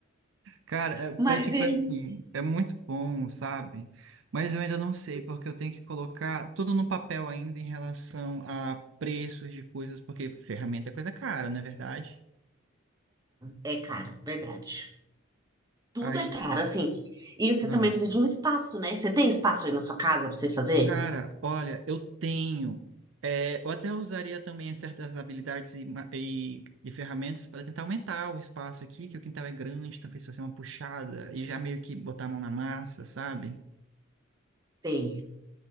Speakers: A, on the right; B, on the right.
A: Cara,
B: mas
A: é, é tipo
B: ele
A: assim, é muito bom, sabe? Mas eu ainda não sei, porque eu tenho que colocar tudo no papel ainda em relação a preços de coisas, porque ferramenta é coisa cara, não é verdade?
B: é caro, verdade. Tudo
A: Aí,
B: é caro, assim. E você
A: ah.
B: também precisa de um espaço, né? Você tem espaço aí na sua casa para você fazer?
A: Cara, olha, eu tenho. é, eu até usaria também certas habilidades e, ma- e- e ferramentas para tentar aumentar o espaço aqui, que o quintal é grande, talvez fazer uma puxada e já meio que botar a mão na massa, sabe?
B: Tem.